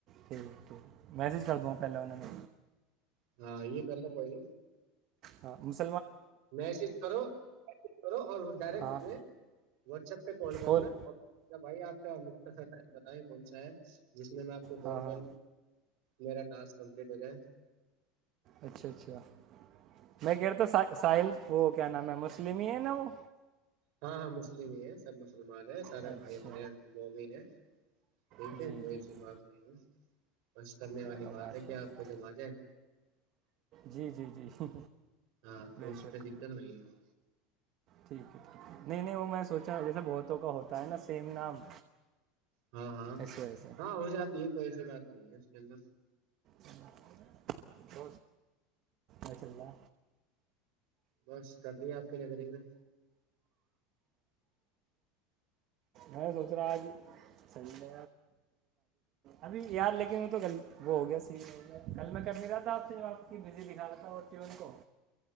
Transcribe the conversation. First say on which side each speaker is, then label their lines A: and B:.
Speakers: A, on the right; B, on the right.
A: ٹھیک ٹھیک میسج کر دو پہلے ان نے
B: ہاں یہ کر ل کوئی
A: ہاں مل
B: میسج کرو و کرو اور ڈائریکٹ
A: ہاں
B: میں واٹسپ پہ کال
A: کول
B: کرنا اور بھائی آپ کا سا ٹائم بتائیں کون سا ہے جس میں میں آپ کو
A: ہاں
B: کال
A: ہاں
B: کر میرا ٹاسک کمپلیٹ ہو جائے
A: اچھا اچھا میں کہہ رہتا ساحل وہ کیا نام ہے مسلم ہی ہے نا وہ
B: ہاں ہاں مسلملی بھی ہے سب م سلمان ہے سارے
A: اچھا
B: بھائی اپنے مو بھین ہے ٹھیک
A: جی
B: ہے
A: جی
B: کوئی ایسی
A: جی
B: بات نہیں ہے بس کرنے
A: چلو
B: والی
A: ماشاء
B: بات ہے کیا
A: اللہ
B: آپ کے جم آ جائے
A: جی جی جی
B: ہاں
A: بے
B: تو اس
A: شک
B: پہ دقت نہیں ہے
A: ٹھیک ہے ٹھیک ہے نہیں نہیں وہ میں سوچا جیسا بہتوں کا ہوتا ہے نا سیم نام
B: ہاں ہاں
A: اس وجہ سے
B: ہاں ہو جاتی ہے کوئی ایسی بات نہیں ہے چند
A: سناے و چللہ
B: بس کٹ رہی ہے آپ کی نگری میں
A: میں سوچ رہا آجحیح ابھی یار لے کے ہو تو کل وہ ہو گیا سی کل میں کب نہیں رہ آپ کی بزی دکھا تھا پون کو